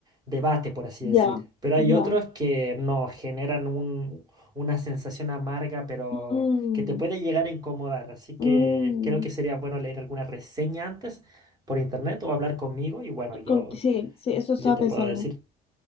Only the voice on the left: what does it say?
ya,
ya.
Mm,
mm.
Con- sí, sí, eso estaba
pensando,